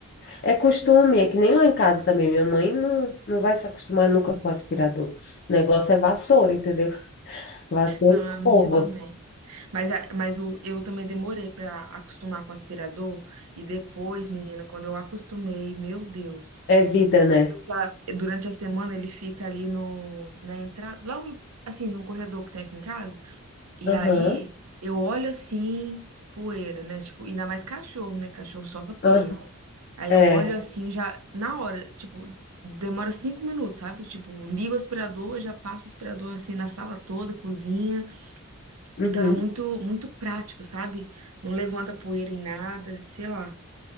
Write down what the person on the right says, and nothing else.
Não,
a minha também. Mas, a- mas o, eu também demorei para acostumar com o aspirador. E depois, menina, quando eu acostumei, meu Deus.
Eu já- durante a semana ele fica ali no, na entrada, logo assim, no corredor que tem aqui em casa. E
aí eu olho assim, poeira, né? Tipo, ainda mais cachorro, né? Cachorro solta pelo.
Aí
eu olho assim, já na hora, tipo, demora cinco minutos, sabe? Tipo, ligo o aspirador, já passo o aspirador assim na sala toda, cozinha.
Então é muito, muito prático, sabe? Não levanta poeira em nada, sei lá.